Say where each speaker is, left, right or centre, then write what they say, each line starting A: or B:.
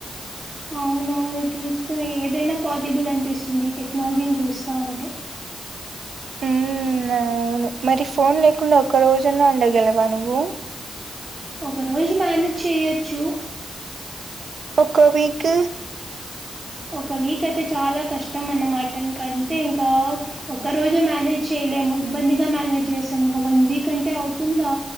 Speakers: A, on the right (about 45°); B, on the right (about 75°).
A: అవునవును చూస్తూ ఏదైనా పాసిబుల్ అనిపిస్తుంది ఈ టెక్నాలజీని చూస్తా ఉంటే
B: ఉమ్ అవును మరి ఫోన్ లేకుండా ఒక్క రోజున్నా ఉండగలవా నువ్వు
A: ఒక రోజు మేనేజ్ చేయొచ్చు
B: ఒక్కో వీక్
A: ఒక వీక్ అయితే చాలా కష్టం అన్నమాట ఇంక అంతే ఇంకా ఒక్క రోజే మేనేజ్ చేయలేము ఇబ్బందిగా మేనేజ్ చేస్తాము ఇంకా వన్ వీక్ అంటే అవుతుందా